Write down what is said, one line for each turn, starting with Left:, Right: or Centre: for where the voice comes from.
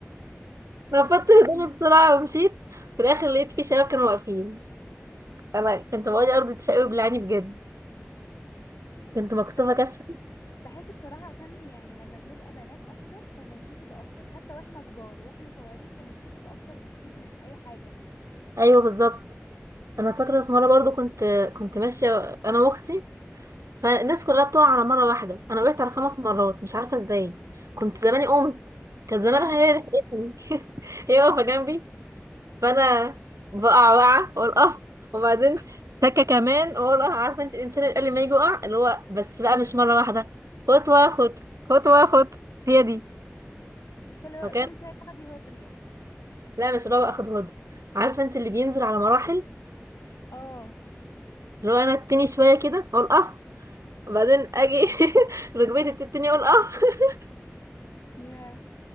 Right: <laughs> نفضت هدومي بسرعه ومشيت في الاخر لقيت في شباب كانوا واقفين انا كنت بقولي ارض تشقلب بالعاني بجد كنت مكسوفه
Left: بحس
Right: كسر
Left: بحس بصراحة عشان يعني لما بنبقى بنات اكتر فبنتكسف اكتر حتى واحنا كبار واحنا صغيرين بنتكسف اكتر بكتير من اي حاجة
Right: ايوه بالظبط انا فاكره في مره برضو كنت كنت ماشيه انا واختي فالناس كلها بتقع على مره واحده انا وقعت على خمس مرات مش عارفه ازاي كنت زماني قمت كانت زمانها
Left: <laughs>
Right: هي اللي لحقتني <laughs> هي واقفه جنبي فانا بقع وقعه واقول اه وبعدين تكه كمان واقول اه عارفه انت الانسان اللي قبل ما يجي يقع اللي هو بس بقى مش مره واحده خطوه خطوه خطوه خطوه هي دي
Left: كل
Right: فكان
Left: كل شوية تاخدي هدري يعني
Right: لا مش اللي هو اخد هدى عارفه انت اللي بينزل على مراحل
Left: اه
Right: اللي هو انا التاني شويه كده اقول اه وبعدين اجي <laughs> ركبتي بتتني اقول اه <laughs>
Left: يا